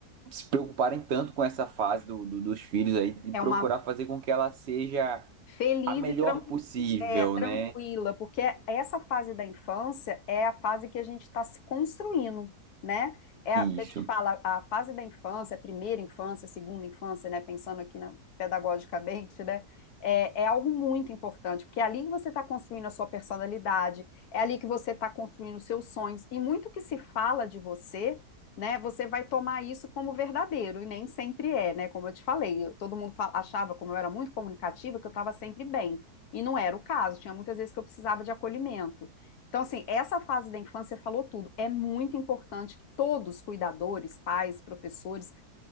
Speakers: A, on the right; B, on the left.
A: se preocuparem tanto com essa fase do, do- dos filhos aí, de
B: É
A: procurar
B: uma
A: fazer com que ela seja
B: feliz
A: a melhor
B: e tranquila.
A: possível,
B: É, tranquila,
A: né?
B: porque essa fase da infância é a fase que a gente está se construindo, né? É a que
A: Isso,
B: a gente fala, a fase da infância, a primeira infância, a segunda infância, né? Pensando aqui na, pedagogicamente, né? É, é algo muito importante, porque é ali que você está construindo a sua personalidade, é ali que você está construindo os seus sonhos, e muito que se fala de você, né? Você vai tomar isso como verdadeiro, e nem sempre é, né? Como eu te falei, eu- todo mundo fa- achava, como eu era muito comunicativa, que eu estava sempre bem. E não era o caso, tinha muitas vezes que eu precisava de acolhimento. Então, assim, essa fase da infância falou tudo. É muito importante que todos, cuidadores, pais, professores,